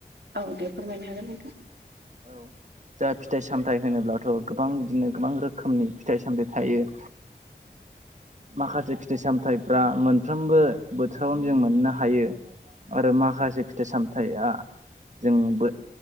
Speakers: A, on the right (about 80°); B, on the right (about 45°).
A: औ दे फोरमायनो हागोन नोंथां
B: औ जा फिथाइ सामथायाइ होनोब्लाथ' गोबां बिदिनो गोबां रोखोमनि फिथाइ सामथायाइ थायो
A: <unintelligible>
B: माखासे फिथाइ सामथायाइफ्रा मोनफ्रोमबो बोथोरावनो जों मोननो हायो आरो माखासे फिथाइ सामथायाइा जों बो